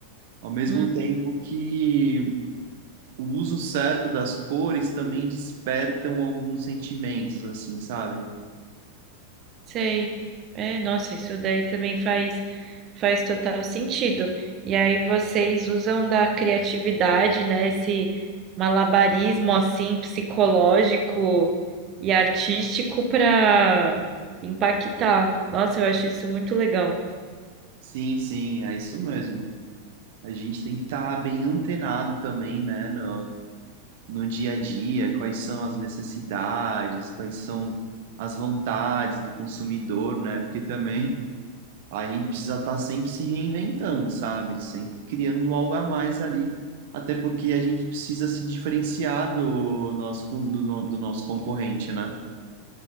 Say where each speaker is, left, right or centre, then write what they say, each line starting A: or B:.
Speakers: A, on the right (about 50°); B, on the right (about 35°).
A: Ao mesmo
B: hum,
A: tempo que o uso certo das cores também despertam alguns sentimentos, assim, sabe?
B: sei. É, nossa, isso daí também faz faz total sentido. E aí vocês usam da criatividade, né? Esse malabarismo assim psicológico e artístico para impactar. Nossa, eu acho isso muito legal.
A: Sim, sim, é isso mesmo. A gente tem que estar bem antenado também, né, no, no dia a dia, quais são as necessidades, quais são as vontades do consumidor, né? Porque também a gente precisa estar sempre se reinventando, sabe? Sempre criando algo a mais ali, até porque a gente precisa se diferenciar do nosso, con- do, do nosso concorrente, né?